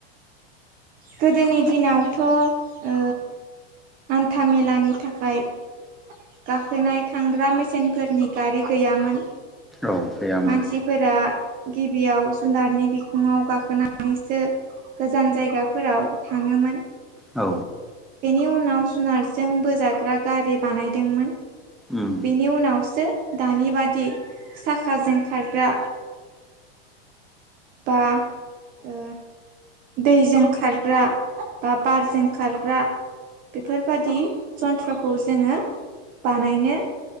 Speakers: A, on the right; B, in the centre.
A: गोदोनि दिनावथ' ओ हान्था मेलानि थाखाय गाखोनाय थांग्रा मेसेनफोरनि गारि गैयामोन।
B: औ गैयाम
A: मानसिफोरा गिबियाव जुनारनि बिखुङाव गाखोनानैसो गोजान जायगाफोराव थाङोमोन।
B: औ
A: बेनि उनाव जुनारजों बोजाग्रा गारि बानायदोंमोन।
B: उम
A: बेनि उनावसो दानि बादि साखाजों खारग्रा बा ओ दैजों खारग्रा बा बारजों खारग्रा बेफोरबादि जन्थ्रखौ जोङो बानायनो